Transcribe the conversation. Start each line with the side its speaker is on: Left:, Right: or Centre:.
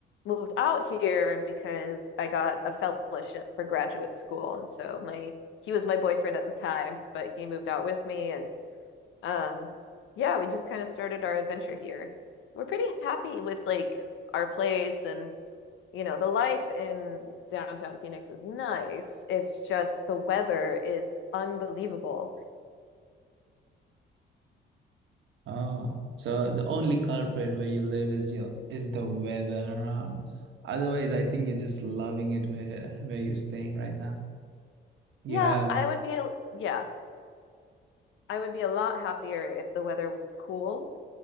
Left: moved out here because I got a fellowship for graduate school. And so my he was my boyfriend at the time, but he moved out with me and um yeah, we just kind of started our adventure here. We're pretty happy with like our place and you know, the life in downtown Phoenix is nice. It's just the weather is unbelievable.
Right: Oh, so the only culprit where you live is your is the weather around. Otherwise, I think you're just loving it where where you're staying right now. You
Left: Yeah,
Right: have,
Left: I would be, yeah. I would be a lot happier if the weather was cool.